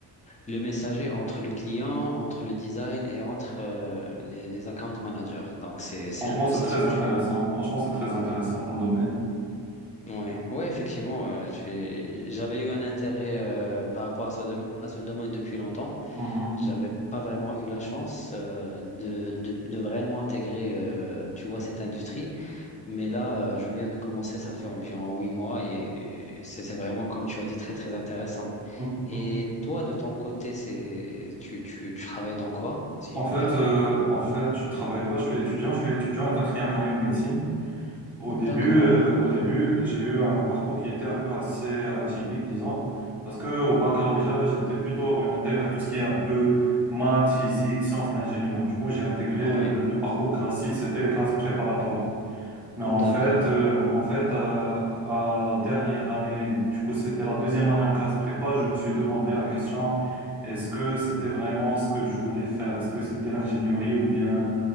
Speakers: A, on the left (about 20°); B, in the centre.
A: le messager entre le client, entre le design et entre euh, les les account managers. Donc c'est c'est
B: Franchement,
A: un peu
B: c'est
A: ça
B: très
A: ce que
B: intéressant.
A: je fais.
B: Franchement, c'est très intéressant comme domaine.
A: Ouais, ouais, effectivement, euh, j'ai- j'avais eu un intérêt euh, par rapport à ce, dom- à ce domaine depuis longtemps.
B: Mhm,
A: J'avais pas vraiment eu la chance euh, de, de, de vraiment intégrer, euh, tu vois, cette industrie. Mais là, euh, je viens de commencer, ça fait environ huit mois et c'est c'est vraiment, comme tu as dit, très, très intéressant.
B: mhm,
A: Et
B: mhm.
A: toi, de ton côté, c'est tu, tu, tu travailles dans quoi, si
B: En
A: je me
B: fait,
A: permets?
B: euh, en fait, je travaille pas, je suis étudiant, je suis étudiant en quatrième année en médecine. Au
A: D'accord,
B: début, euh, au
A: ouais,
B: début, j'ai eu un parcours qui était un peu assez atypique, disons, parce que au baccalauréat, j'étais plutôt orienté vers tout ce qui est un peu maths, physique, sciences de l'ingénieur. Du coup, j'ai intégré
A: ouais,
B: euh, le parcours classique, c'était les classes préparatoires. Mais
A: d'accord,
B: en fait, euh, en fait, euh, à la dernière année, du coup, c'était la deuxième année en classe prépa, je me suis demandé la question, est-ce que c'était vraiment ce que je voulais faire? Est-ce que c'était l'ingénierie ou bien